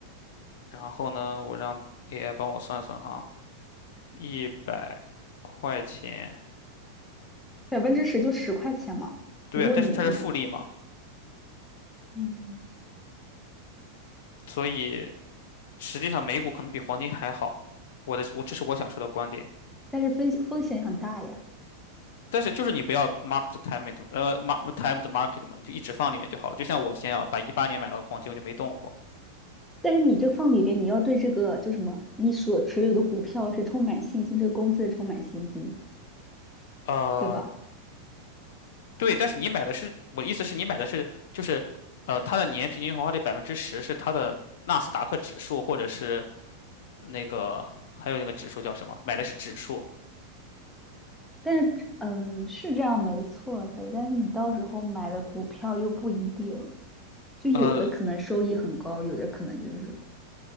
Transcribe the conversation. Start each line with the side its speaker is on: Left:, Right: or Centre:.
Left: 然后呢，我让 AI 帮我算算哈，一百块钱，
Centre: <laughs> 百分之十就十块钱嘛。
Left: 对啊，
Centre: 如果你你
Left: 但是它是复利嘛，
Centre: 嗯，
Left: 所以实际上美股可能比黄金还好。我的我这是我想说的观点。
Centre: 但是风险风险也很大呀。
Left: 但是就是你不要 mark the time it，呃，mark time the market 嘛，你就一直放里面就好了。就像我之前啊，把一八年买了个黄金，我就没动过。
Centre: 但是你这放里边，你要对这个就什么，你所持有的股票是充满信心，这个公司是充满信心，
Left: 呃，
Centre: 对吧？
Left: 对，但是你买的是，我意思是你买的是就是，呃，它的年平均回报率百分之十是它的纳斯达克指数，或者是那个还有那个指数叫什么？买的是指数。
Centre: 但是，嗯，是这样没错的，但是你到时候买的股票又不一定。就有的可能收益很高，
Left: 呃，
Centre: 有的可能就是